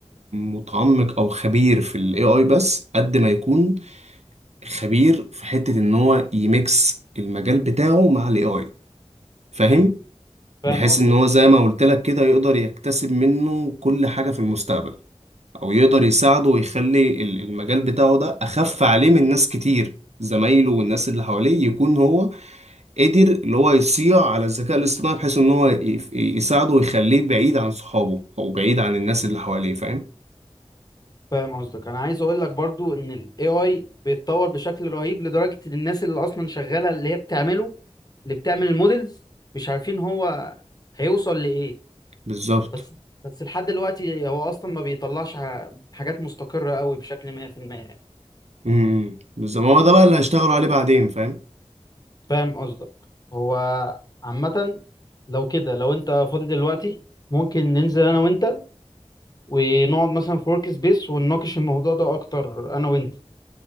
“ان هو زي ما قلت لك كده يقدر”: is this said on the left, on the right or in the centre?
Right